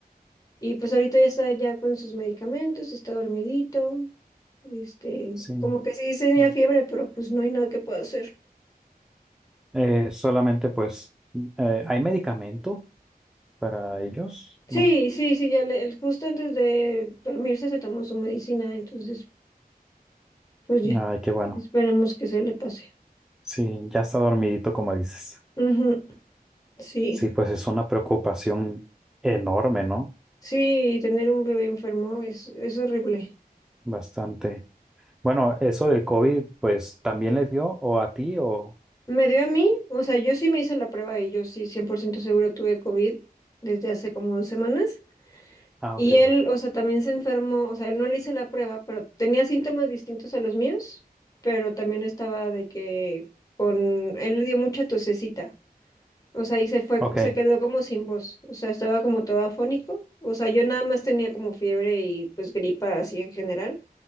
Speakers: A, on the left; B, in the centre.
A: Y pues ahorita ya está ya con sus medicamentos, está dormidito, este,
B: Sí.
A: como que sí tenía
B: Bueno.
A: fiebre, pero pues no hay nada que pueda hacer.
B: Eh, solamente pues, eh, ¿hay medicamento para ellos?
A: Sí,
B: No. s-
A: sí, sí, ya le, el- justo antes de dormirse se tomó su medicina, entonces pues ya,
B: Ay, qué bueno.
A: esperemos que se le pase.
B: Sí, ya está dormidito, como dices.
A: Ujú, Sí,
B: Sí, pues es una preocupación enorme, ¿no?
A: sí, tener un bebé enfermo es, es horrible.
B: Bastante. Bueno, eso del COVID, pues, ¿también les dio? ¿O a ti? O...
A: Me dio a mí, o sea, yo sí me hice la prueba y yo sí 100% seguro tuve COVID desde hace como dos semanas.
B: Ah,
A: Y
B: ok.
A: él, o sea, también se enfermó, o sea, él no le hice la prueba, pero tenía síntomas distintos a los míos, pero también estaba de que con, él le dio mucha tosecita, o sea, y se fue,
B: Ok,
A: se quedó como sin voz, o sea, estaba como todo afónico, o sea, yo nada más tenía como fiebre y pues gripa así en general,